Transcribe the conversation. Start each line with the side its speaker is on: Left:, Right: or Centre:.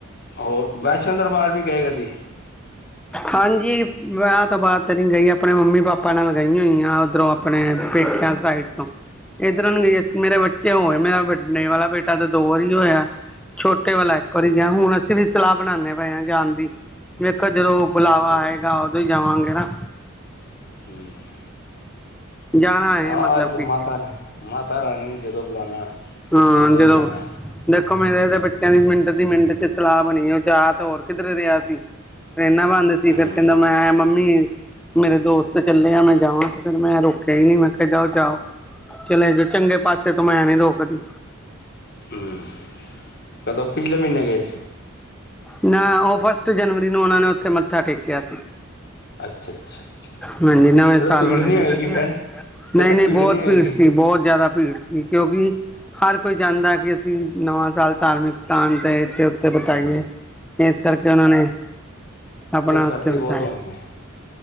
Left: ਹੋਰ ਵੈਸ਼ਨੋ ਦਰਬਾਰ ਵੀ ਗਏ ਕਦੀ।
Centre: ਹਾਂਜੀ ਵਿਆਹ ਤੋਂ ਬਾਅਦ ਤਾਂ ਨਹੀਂ ਗਈ ਆਪਣੇ ਮੰਮੀ ਪਾਪਾ ਨਾਲ ਗਈ ਹੋਈ ਆ ਉੱਧਰੋਂ। ਆਪਣੇ ਪੇਕਿਆ ਸਾਈਡ ਤੋਂ ਇੱਧਰੋਂ ਨਹੀਂ ਗਏ ਇੱਥੇ ਮੇਰੇ ਬੱਚੇ। ਕਿਉਂ ਉਹ ਮੇਰਾ ਵੱਡੇ ਵਾਲਾ ਬੇਟਾ ਤੇ ਦੋ ਵਾਰੀ ਗਈਆ ਛੋਟੇ ਵਾਲਾ ਇੱਕ ਵਾਰੀ ਗਿਆ ਹੁਣ ਅਸੀਂ ਵੀ ਸਲਾਹ। ਬਣਾਉਂਦੇ ਪਏ ਆ ਜਾਣ ਦੀ ਵੇਖੋ ਜਦੋਂ ਬੁਲਾਵਾ
Left: ਅੱਛਾ
Centre: ਆਏਗਾ ਉਦੋਂ ਹੀ ਜਾਵਾਂਗੇ ਨਾ।
Left: ਹੂੰ।
Centre: ਜਾਣਾ ਹੈ
Left: ਆਹ
Centre: ਮਤਲਬ
Left: ਇਹ ਤਾਂ
Centre: ਕਿ
Left: ਮਾਤਾ ਨੇ ਮਾਤਾ ਰਾਣੀ ਜਦੋਂ ਬੁਲਾਉਣਾ।
Centre: ਹਾਂ
Left: ਉਦੋਂ
Centre: ਜਦੋਂ
Left: ਹੀ ਜਾਣਾ
Centre: ਦੇਖੋ ਮੇਰੇ ਤੇ ਬੱਚਿਆਂ ਦੀ ਮਿੰਟ ਦੀ ਮਿੰਟ ਚ। ਸਲਾਹ ਬਣੀ ਹੈ। ਉਹ ਜਾਂ ਤਾਂ ਹੋਰ ਕਿੱਧਰੇ ਰਿਹਾ ਸੀ। ਟਰੇਨਾਂ ਬੰਦ ਸੀ ਫੇਰ
Left: ਹੂੰ
Centre: ਕਹਿੰਦਾ ਮੈਂ ਮੰਮੀ। ਮੇਰੇ ਦੋਸਤ ਚੱਲੇ ਆ ਮੈਂ ਜਾਵਾਂ ਤੇ ਫਿਰ ਮੈਂ ਰੋਕਿਆ ਹੀ ਨ ਮੈਂ ਕਿਹਾ ਜਾਓ ਚਓ। ਚਲੇ ਜੋ ਚੰਗੇ ਪਾਸੇ ਤੋ ਮੈਂ ਨੀ ਰੋਕਦੀ।
Left: ਹਮ ਕਦੋਂ ਪਿਛਲੇ ਮਹੀਨੇ ਗਏ ਸੀ।
Centre: ਨਾ ਉਹ ਫਸਟ ਜਨਵਰੀ ਨੂੰ ਉਹਨਾਂ ਨੇ ਉੱਥੇ ਮੱਥਾ ਟੇਕਿਆ ਸੀ।
Left: ਅੱਛਾ ਅੱਛਾ ਅੱਛਾ
Centre: ਮੰਜੀ ਨਵੇਂ
Left: ਤੇ ਤਾਂ
Centre: ਸਾਲ
Left: ਭੀੜ
Centre: ਵਲੇ
Left: ਨਹੀਂ
Centre: ਦਿਨ।
Left: ਹੋਏਗੀ ਫੇਰ ਫਿਰ
Centre: ਨਹੀਂ
Left: ਤਾਂ
Centre: ਨਹੀਂ ਬਹੁਤ
Left: ਹੋਏਗੀ
Centre: ਭੀੜ ਸੀ ਬਹੁਤ ਜ਼ਿਆਦਾ ਭੀੜ। ਕਿਉਂਕਿ ਹਰ ਕੋਈ ਚਾਹੁੰਦਾ ਕਿ ਅਸੀਂ ਨਵਾਂ ਸਾਲ ਧਾਰਮਿਕ। ਸਥਾਨ ਤੇ ਇੱਥੇ ਉੱਤੇ ਬਿਤਾਇਏ। ਇਸ ਕਰਕੇ ਉਹਨਾਂ ਨੇ ਆਪਣਾ ਉੱਥੇ
Left: ਸਰਦੀ
Centre: ਬਿਤਾਆ।
Left: ਬਹੁਤ ਹੋਣੀ ਹੈ